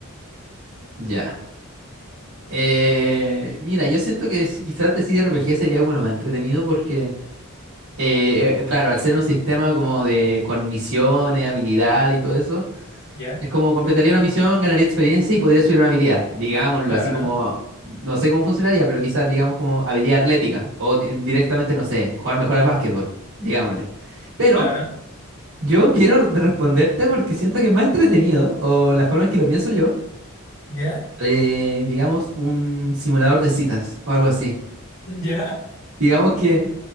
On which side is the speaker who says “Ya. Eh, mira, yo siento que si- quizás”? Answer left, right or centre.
Right